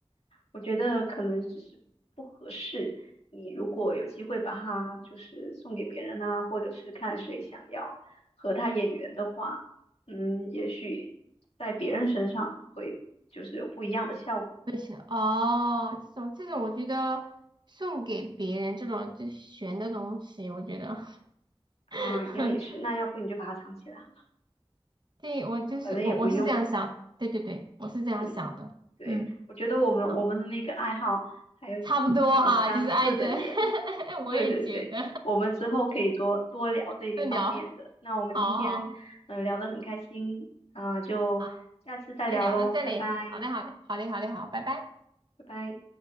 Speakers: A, on the left; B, on the right.
A: 我觉得可能只是不合适。你如果有机会把它就是送给别人呐，或者是看谁想要和他眼缘的话，嗯，也许在别人身上会就是有不一样的效果
B: 是哦，这种这种，我觉得送给别人这种就悬的东西，我觉得，
A: 啊。
B: <laughs>
A: 这样也是，那要不你就把它藏起来好吧，
B: 对，我就是我我是这样想，
A: 反正也不用。
B: 对对对，我是这样想的，
A: 嗯，对，
B: 嗯
A: 我觉得我们我们的那个爱好还有就是挺相似的耶。
B: 啊，差不多哈、就是挨着，<laughs> 我也觉得，
A: 对对对，我们之后可以多多聊这一方面的。
B: <laughs> 对聊，
A: 那我们今天嗯、
B: 好好。
A: 呃聊得很开心啊、就下次再聊喽，
B: 好，先聊到这里。
A: 拜拜，
B: 好的，好的，好的，好的，好，拜拜。
A: 拜拜。